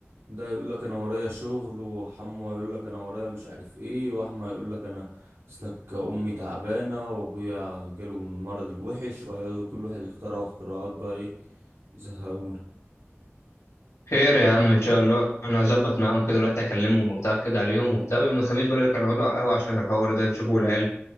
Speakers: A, on the right; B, on the left.
A: ده يقول لك انا ورايا شغل وحمو يقول لك انا ورايا مش عارف ايه واحمى يقول لك انا اصلك امي تعبانه وابويا جاله من المرض الوحش وهيقعدوا كل واحد يخترعوا اختراعات بقى ايه يزهقونا
B: خير يا عم ان شاء الله انا هظبط معاهم كده دلوقتي اكلمهم وبتاع كده عليهم وبتاع ويوم الخميس برضه كانوا هيقعدوا على القهوه عشان الحوار ده نشوفوا العيال